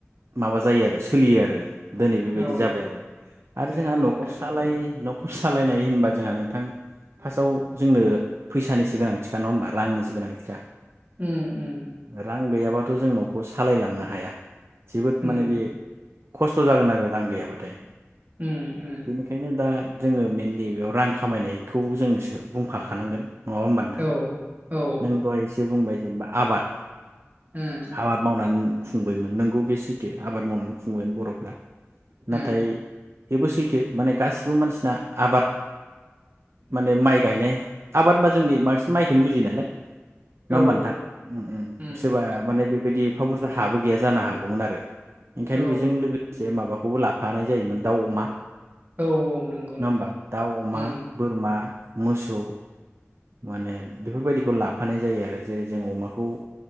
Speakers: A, on the right (about 60°); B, on the right (about 35°).
A: माबा जायो आरो सो सोलियो आरो। दिनै बेबायदि
B: औ
A: जाबाय आरो आरो
B: नंगौ
A: जोंहा नखर
B: नोंथां
A: सालाय
B: नंगौ
A: नख सालायनाय होनबा जोंहा नोंथां फार्स्टआव जोंनो फैसानिसो गोनांथिखा नङा होमबा रांनिसो गोनांथिखा।
B: उम उम।
A: रां गैयाबाथ जों नखौ सालायलांनो हाया। जोबोद
B: उम
A: माने बे खस्थ जागोन आरो रां गैयाबाथाय।
B: उम उम
A: बेनिखायनो दा जोङो मेनलि बेयाव रां खामायनायखौ जोंसो बुंफाखानांगोन। नङा होमबा नोंथां
B: औ औ
A: नों दहाय एसे बुंबाय जेनेबा आबाद
B: उम
A: हाबाद मावनानै खुंबायमोन नोंगौ बे सैथो आबाद मावनानै बरफ्रा
B: उम
A: नाथाय बेबो सैथो माने गासिबो मानसिना आबाद माने माइ गायनाय आबादबा जोंनि बांसिन माइखोनो बुजियो नालाय
B: औ
A: नंङा होमबा नोंथां
B: उम
A: सोरबा माने बेबायदि एफाबुरजा हाबो गैया जानो हागौमोन आरो ओंखायनो
B: औ
A: बेजों लोगोदसे माबाखौ खौबो लाफानाय जायोमोन दाउ अमा
B: औ औ नंगौ
A: नंङा
B: नंगौ
A: होमबा दाउ, अमा,
B: उम
A: बोरमा मोसौ माने बेफोरबायदिखौ लाफानाय जायो आरो जे जों अमाखौ